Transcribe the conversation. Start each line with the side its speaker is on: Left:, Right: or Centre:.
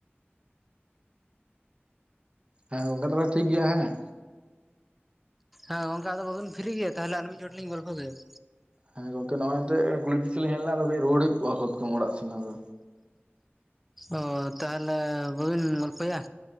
Right: ᱦᱮᱸ ᱜᱚᱝᱠᱮ ᱛᱚᱵᱮ ᱴᱷᱤᱠ ᱜᱮᱭᱟ ᱦᱮᱸ
Centre: ᱦᱮᱸ ᱜᱚᱝᱠᱮ ᱟᱫᱚ ᱵᱟᱵᱤᱱ ᱯᱷᱤᱨᱤ ᱜᱮᱭᱟ ᱛᱟᱦᱚᱞᱮ ᱟᱨ ᱢᱤᱫ ᱪᱚᱦᱚᱴ ᱞᱤᱧ ᱜᱚᱞᱯᱚ ᱠᱮᱭᱟ
Right: ᱦᱮᱸ ᱜᱚᱝᱠᱮ ᱱᱚᱜᱼᱚᱭ ᱱᱚᱛᱮ ᱠᱩᱞᱤ ᱥᱮᱫ ᱞᱤᱧ ᱦᱮᱡ ᱞᱮᱱᱟ ᱟᱫᱚ ᱠᱟᱹᱡ ᱨᱩᱣᱟᱹᱲ ᱦᱩᱭ ᱠᱚᱜᱼᱟ ᱦᱩᱛᱠᱟᱹᱢ ᱚᱲᱟᱜ ᱥᱮᱱ ᱟᱫᱚ
Centre: ᱚ ᱛᱟᱦᱚᱞᱮ ᱵᱟᱹᱵᱤᱱ ᱜᱚᱞᱯᱷᱚᱭᱟ?